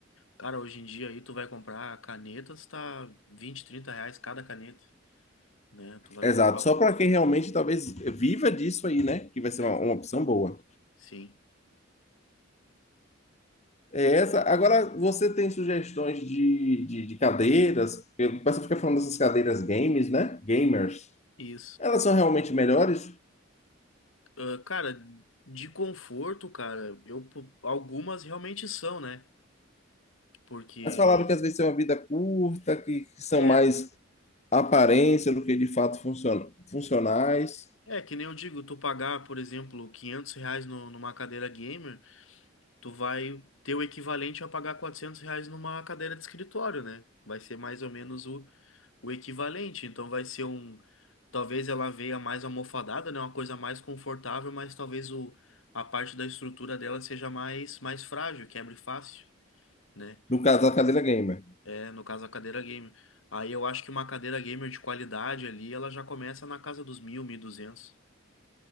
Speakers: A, on the left (about 90°); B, on the left (about 35°).
A: cara, hoje em dia aí tu vai comprar canetas, tá 20 30 reais cada caneta, né? Tu vai
B: Exato,
A: comprar. um-
B: só para quem realmente talvez viva disso aí, né? Que vai ser
A: É,
B: uma uma opção boa.
A: sim,
B: É essa. Agora, você tem sugestões de, de, de cadeiras? Porque O pessoal fica falando dessas cadeiras games, né? Gamers.
A: isso.
B: Elas são realmente melhores?
A: Ah, cara, de conforto, cara, eu po- algumas realmente são, né? Porque
B: Mas falaram que às vezes tem uma vida curta, que, que são
A: é.
B: mais aparência do que de fato funciona, funcionais.
A: É, que nem eu digo, tu pagar, por exemplo, 500 reais no- numa cadeira gamer, tu vai ter o equivalente a pagar 400 reais numa cadeira de escritório, né? Vai ser mais ou menos o, o equivalente. Então vai ser um. Talvez ela venha mais almofadada, né? Uma coisa mais confortável, mas talvez o, a parte da estrutura dela seja mais, mais frágil, quebre fácil, né?
B: No caso da cadeira gamer.
A: É, no caso a cadeira gamer. Aí eu acho que uma cadeira gamer de qualidade ali, ela já começa na casa dos mil, mil e duzentos.